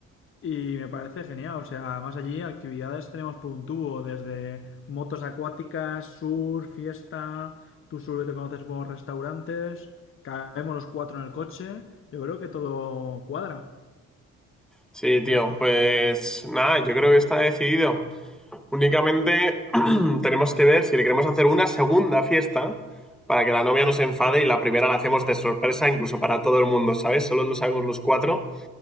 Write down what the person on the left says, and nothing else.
y me parece genial, o sea, además allí actividades tenemos por un tubo, desde motos acuáticas, surf fiesta, tú solo te conoces buenos restaurantes, caemos los cuatro en el coche, yo creo que todo cuadra.